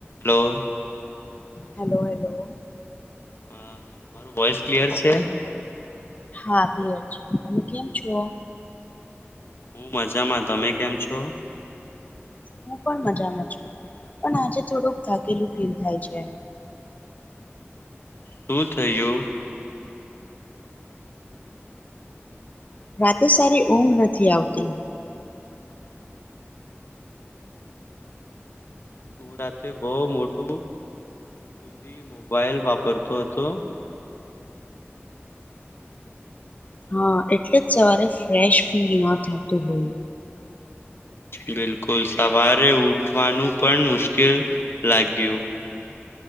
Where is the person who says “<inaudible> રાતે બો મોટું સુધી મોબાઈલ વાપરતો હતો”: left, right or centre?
Left